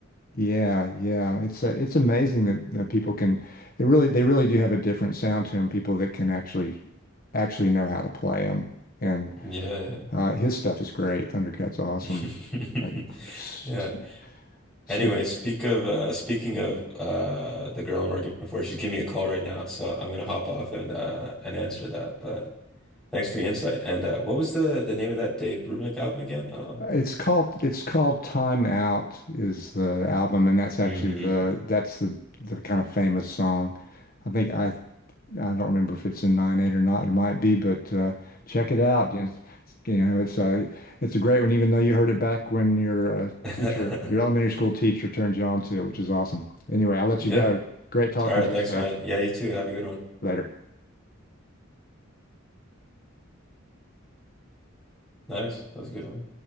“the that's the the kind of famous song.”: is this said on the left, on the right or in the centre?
Left